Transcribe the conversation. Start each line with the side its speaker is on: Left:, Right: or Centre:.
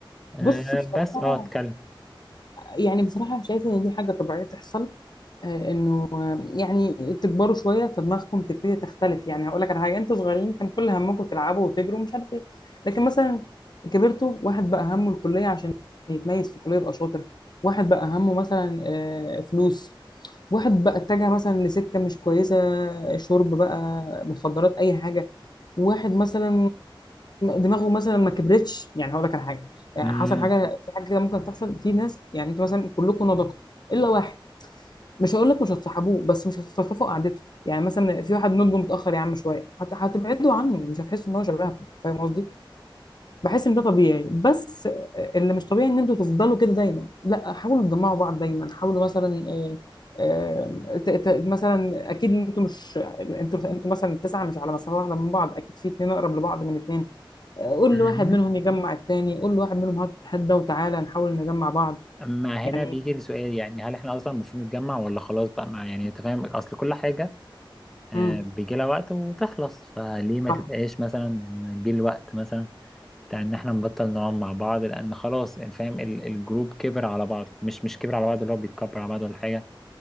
Centre: آه،
Left: بص بصراحة
Centre: بس اه اتكلم
Left: يعني بصراحة شايفة إن دي حاجة طبيعية تحصل آه، إنه آه، يعني تكبروا شوية فدماغكم تبتدي تختلف يعني هقول لك على حاجة أنتوا صغيرين كان كل همكم تلعبوا وتجروا ومش عارف إيه لكن مثلا كبرتوا واحد بقى همه الكلية عشان يتميز في الكلية يبقى شاطر واحد بقى همه مثلا آه، فلوس واحد بقى اتجه مثلا لسكة مش كويسة شرب بقى مخدرات أي حاجة واحد مثلا دماغه مثلا ما كبرتش يعني هقول لك على حاجه يعني
Centre: مم.
Left: حصل حاجه في حاجه كده ممكن تحصل في ناس يعني انتوا مثلا كلكم نضجتوا الا واحد مش هقول لك مش هتصاحبوه بس مش هتستلطفوا قعدته يعني مثلا في واحد نضجه متاخر يا عم شويه حتى هتبعدوا عنه مش هتحسوا ان هو شبهكم فاهم قصدي بحس ان ده طبيعي بس اللي مش طبيعي ان انتوا تفضلوا كده دايما لا حاولوا تجمعوا بعض دايما حاولوا مثلا آه، آه، ت- ت- مثلا اكيد انتوا مش انتوا انتوا مثلا التسعه مش على مسافه واحده من بعض اكيد في اتنين اقرب لبعض من اتنين قول
Centre: مهم.
Left: لواحد منهم يجمع التاني قول لواحد منهم هات تتحدى وتعالى نحاول نجمع بعض
Centre: اما
Left: يعني
Centre: هنا بيجي السؤال يعني هل احنا اصلا المفروض نتجمع ولا خلاص بقى مع يعني انت فاهم اصل كل حاجه آه،
Left: امم
Centre: بيجي لها وقت وتخلص فليه ما
Left: صح
Centre: تبقاش مثلا إن جه الوقت مثلا بتاع ان احنا نبطل نقعد مع بعض لان خلاص يعني فاهم ال- الجروب كبر على بعض مش مش كبر على بعض اللي هو بيتكبر على بعض ولا حاجه